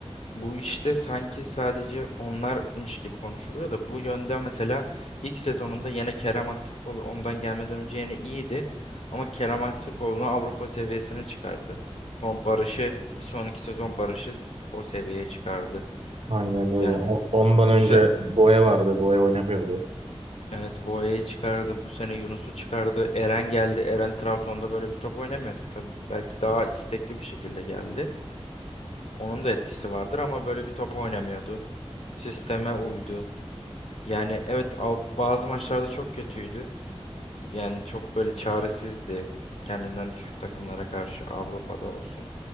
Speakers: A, on the left; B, on the right.
A: bu işte sanki sadece onlarmış gibi konuşuluyor da bu yönde mesela ilk sezonunda yine Kerem Aktürkoğlu ondan gelmeden önce yine iyiydi ama Kerem Aktürkoğlu'nu Avrupa seviyesine çıkardı. Son Barış'ı bir sonraki sezon Barış'ı o seviyeye çıkardı.
B: Aynen öyle.
A: Yani
B: O- Ondan
A: bu
B: önce
A: sene
B: Boya vardı. Boya oynamıyordu.
A: Evet Boya'yı çıkardı. Bu sene Yunus'u çıkardı. Eren geldi. Eren Trabzon'da böyle bir top oynamıyordu. Tabii belki daha istekli bir şekilde geldi. Onun da etkisi vardır ama böyle bir top oynamıyordu. Sisteme uydu. Yani evet al- bazı maçlarda çok kötüydü. Yani çok böyle çaresizdi. Kendinden düşük takımlara karşı Avrupa'da olsun,